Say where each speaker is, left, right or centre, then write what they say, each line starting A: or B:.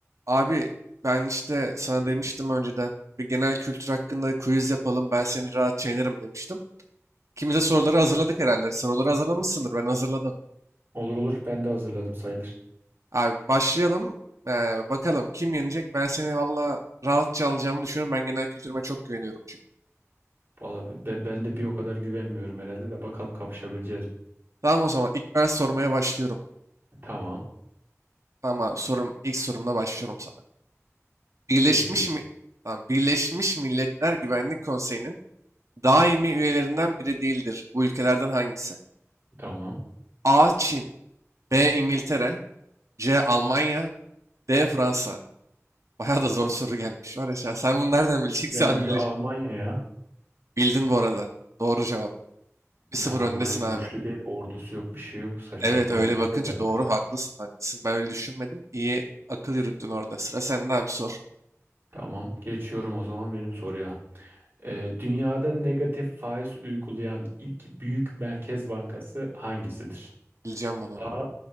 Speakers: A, on the right; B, on the right.
A: Abi ben işte sana demiştim önceden bir genel kültür hakkında quiz yapalım ben seni rahat yenerim demiştim. İkimiz de soruları hazırladık herhalde. Soruları hazırlamışsındır ben hazırladım.
B: Olur olur. Ben de hazırladım sayılır.
A: Abi başlayalım Ee, bakalım kim yenecek ben seni valla rahatça alacağımı düşünüyorum. Ben genel kültürüme çok güveniyorum çünkü.
B: Valla be- ben de bir o kadar güvenmiyorum herhalde de bakalım kapışabileceğiz. mi?
A: Tamam o zaman ilk ben sormaya başlıyorum.
B: Tamam.
A: Tamam abi sorum ilk sorumla başlıyorum sana. Birleşmiş
B: Bekliyorum.
A: mi? Tamam, Birleşmiş Milletler Güvenlik Konseyi'nin daimi üyelerinden biri değildir. Bu ülkelerden hangisi?
B: Tamam.
A: A. Çin B. İngiltere. C. Almanya. D. Fransa. Bayağı da zor
B: A-
A: soru gelmiş var ya. şu an. Sen bunu nereden bileceksin
B: Bence
A: <laughs> abi? Bile-
B: Almanya ya.
A: Bildin bu arada. Doğru cevap.
B: Ya
A: Bir sıfır
B: Almanya
A: öndesin
B: güçlü
A: abi.
B: değil. Ordusu yok. Bir şey yok. Saçma
A: Evet
B: sapan
A: öyle
B: bir ülke
A: bakınca
B: zaten.
A: doğru haklısın haklısın. Ben öyle düşünmedim. İyi akıl yürüttün orada. Sıra sende abi sor.
B: Tamam. Geçiyorum o zaman benim soruya. Ee, dünyada negatif faiz uygulayan ilk büyük merkez bankası hangisidir?
A: Bileceğim bunu.
B: A.